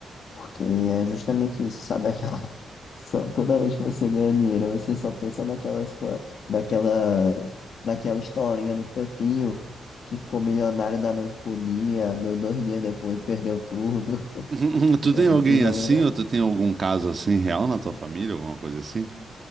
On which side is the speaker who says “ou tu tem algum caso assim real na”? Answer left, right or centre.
Right